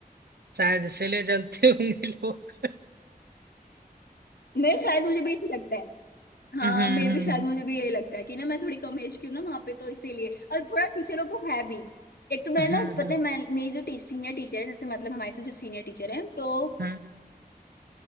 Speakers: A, on the right; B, on the left.
A: शायद इसीलिए जलते <laughs> होंगे लोग
B: मैं शायद मुझे भी यही लगता है हाँ
A: हम्म
B: मे भी
A: हम्म
B: शायद मुझे भी यही लगता है कि ना मैं थोड़ी कम एज की हूँ ना वहाँ पे तो इसीलिए और थोड़ा टीचरों को है भी एक तो मैं
A: हम्म
B: ना पता
A: हम्म
B: है मैं मेरी जो सीनियर टीचर है जैसे मतलब हमारे साथ जो सीनियर टीचर है तो
A: <laughs> हम्म